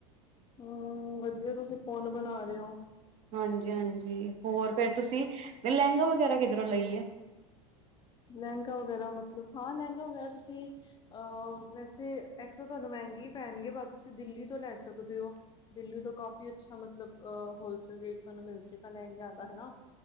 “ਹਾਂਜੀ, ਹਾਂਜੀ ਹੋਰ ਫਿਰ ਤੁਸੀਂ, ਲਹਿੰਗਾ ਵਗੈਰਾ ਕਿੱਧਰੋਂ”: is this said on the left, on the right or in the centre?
Right